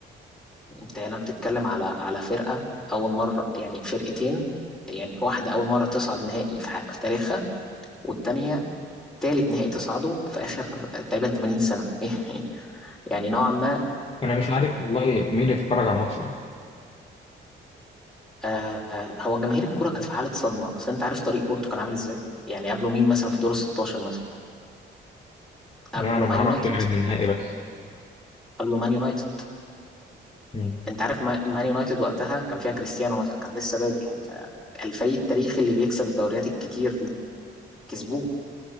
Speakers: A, in the centre; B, on the left (about 30°).
A: انت هنا بتتكلم على على فرقة اول مرة يعني فرقتين يعني واحدة اول مرة تصعد نهائي في, ح- في تاريخها والتانية تالت نهائي تصعده في اخر تقريبا 80 سنة <laughs> يعني نوعا ما
B: انا مش عارف والله مين اللي اتفرج على الماتش ده
A: آه آه، هو جماهير الكرة كانت في حالة صدمة اصل انت عارف طريق بورتو كان عامل ازاي يعني قبله مين مثلا في دور ال 16 مثلا قبله
B: لا أنا
A: مان
B: ما أعرفش
A: يونايتد
B: غير النهائي بس
A: قبله مان يونايتد
B: مم.
A: انت عارف ما- مان يونايتد وقتها كان فيها كريستيانو مثلا كان لسه بادئ يعني فالفريق التاريخي اللي بيكسب الدوريات الكتير دي كسبوه